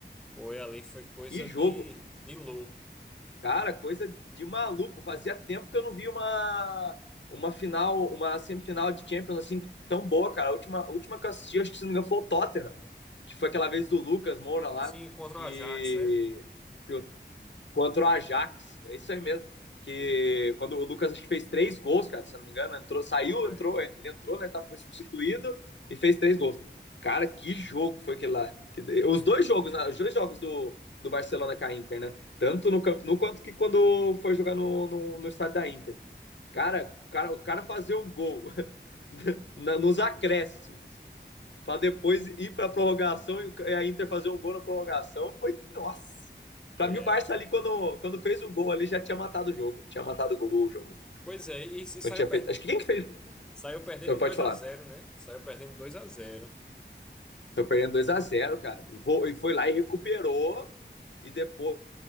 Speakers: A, in the centre; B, on the left.
A: Foi ali, foi coisa
B: Que jogo!
A: de, de louco.
B: Cara, coisa de maluco. Fazia tempo que eu não vi uma, uma final, uma semifinal de Champions assim tão boa, cara. A última, a última que eu assisti, acho que se não me engano, foi o Tottenham, que foi aquela vez do Lucas Moura lá,
A: Sim, contra
B: que,
A: o Ajax, né?
B: que contra o Ajax. É isso aí mesmo. Que quando o Lucas acho que fez três gols, cara, se eu não me engano, entrou, saiu,
A: Foi.
B: entrou, ele entrou, né? foi substituído e fez três gols. Cara, que jogo foi aquele lá. os dois jogos, né, os dois jogos do, do Barcelona com a Inter, né? Tanto no Camp Nou quanto que quando foi jogar no, no, no estádio da Inter. Cara, o cara, o cara fazia um gol <laughs> nos acréscimos para depois ir para a prorrogação e a Inter fazer um gol na prorrogação, foi nossa. Para
A: É.
B: mim o Barça ali quando, quando fez o gol ali já tinha matado o jogo, tinha matado o, gol, o jogo.
A: Pois é, e, e
B: Quando
A: saiu
B: tinha
A: perdendo,
B: feito, acho que quem que fez?
A: saiu perdendo
B: Eu
A: de
B: pode
A: 2
B: falar.
A: a zero né? Saiu perdendo de 2 a zero
B: Foi perdendo dois a zero cara. E, vou, e foi lá e recuperou e depois